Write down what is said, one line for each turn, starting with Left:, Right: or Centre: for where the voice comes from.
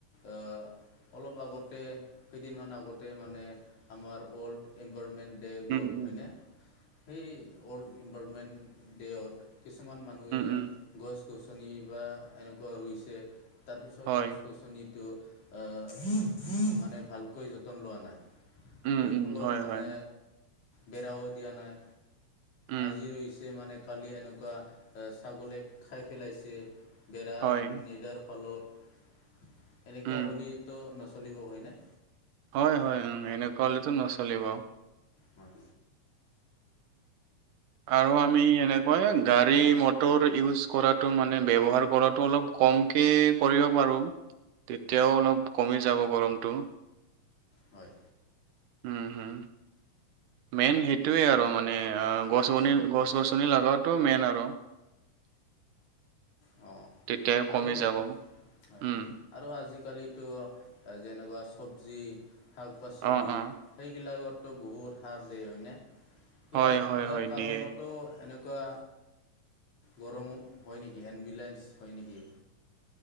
Left: অহ অলপ আগতে কেইদিনমান আগতে মানে আমাৰ অল্ড এনভাৰনমেণ্ট। ডে' গ'ল
Right: উম উম
Left: হয়নে সেই ৱৰ্ল্ড ইনভাইৰণমেণ্ট ডে'য়ত কিছুমান মানুহে
Right: উম উম
Left: গছ গছনি বা এনেকুৱা ৰুইছে তাৰপিছত
Right: হয়
Left: গছ গছনিটো আহ মানে ভালকৈ যতন লোৱা নাই।
Right: উম
Left: সেই
Right: উম
Left: ফলত
Right: হয়
Left: মানে
Right: হয়
Left: বেৰাও দিয়া নাই
Right: উম
Left: আজি ৰৈছ মানে কালি এনেকুৱা ছাগলীয়েক খাই পেলাইছে বেৰা
Right: হয়
Left: নিদাৰ ফালত এনেকুৱা
Right: উম
Left: হ'লেতো নচলিব হয়নে।
Right: হয় হয় এনেকুৱা হলেতো নচলিব।
Left: হয়
Right: আৰু আমি এনেকুৱাই গাড়ী মটৰ ইজ কৰাটো মানে ব্যৱহাৰ কৰা অলপ ক- কমকৈ কৰিব পাৰোঁ তেতিয়াও অলপ কমি যাব গৰমটো
Left: হয়।
Right: উম হম মেইন সেইটোৱে আৰু মানে গছনি গছ গছনি লগাটো মেইন আৰু
Left: অ
Right: তেতিয়া কমি
Left: আৰু
Right: যাব
Left: হয়
Right: উম
Left: আৰু আজিকালিতো যেনেকুৱা চ চবজি শাক পাচলি
Right: অ অ
Left: সেইবিলাকতো বহুত সাৰ দিয় হয়নে। ইয়াৰ
Right: হয় হয়
Left: ইয়াৰ
Right: হয়
Left: কাৰণতো
Right: দিয়ে
Left: এনেক- কুৱা গৰম হয় নেকি এম্বুলেঞ্চ হয় নেকি?